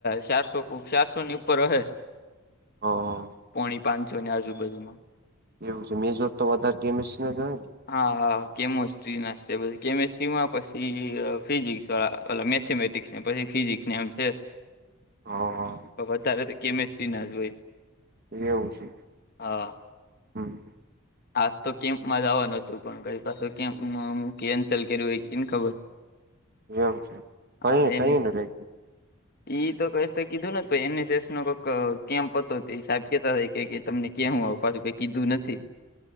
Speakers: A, on the left; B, on the right.
A: ચારસો ચારસો ની ઉપર અહે
B: હા હા
A: પોણી પાંચસો ને આજુબાજુમાં
B: એવું છે મેઝોર તો વધારે ચેમિસ્ટ્રી ના જ અહે
A: હા કેમેસ્ટ્રી ના શે છેી કેમેસ્ટ્રીમાં પછી ફિઝિક્સ વાળા ઓલા મેથેમેટ થિક્સ પછી ફિઝિકસને એમ છે
B: હા હા
A: તો વધારે કેમેસ્ટ્રી ના જ હોય
B: એવું છે
A: હા
B: હમ
A: આજ તો કેપ મા જવા નહોતું પણ કઈ પાછો કેપ કેન્સલ કર્યું હોય કેને ખબર
B: એમ છેમ કહી
A: હા એને
B: કહીને લે
A: ઈ તો ક તો કીધું ન એનએસસ નો કોક કેપ હતો એ હ સાહેબ કેતા થા કે તમને ક્યાં હું આવુ. પાછું કઈ કીધું નથી